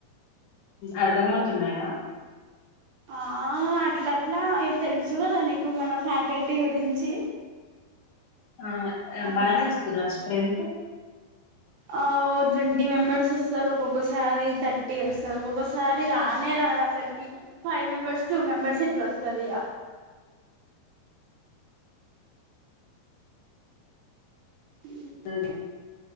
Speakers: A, on the left (about 65°); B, on the right (about 75°).
A: అర్ధంమవుతున్నాయా
B: ఆ అట్లట్లా ఇగ తెలుసు కదా నీకు మన ఫ్యాకల్టీ గురించి
A: ఆ
B: అట్లా
A: బానే వస్తుర్ర స్ట్రెంత్
B: ఆ ఓ ట్వంటీ మెంబెర్స్ వస్తారు ఒక్కొక్కసారి థర్టీ వస్తారు ఒక్కొక్కసారి రానే రారా అసలుకి ఫైవ్ మెంబెర్స్ టూ మెంబెర్స్ ఇట్లా వస్తారు ఇగ అ
A: సరే